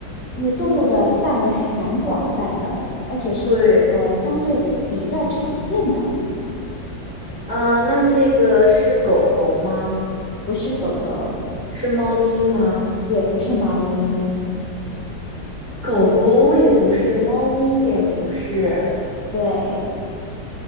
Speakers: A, on the left; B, on the right.
A: 因为动物的范围还蛮广泛的，而且是一呃相对比较常见的。
B: 对，啊，那这个是狗狗吗？
A: 不是狗狗，
B: 是猫咪吗？
A: 也不是猫咪。
B: 狗狗也不是，猫咪也不是，
A: 对，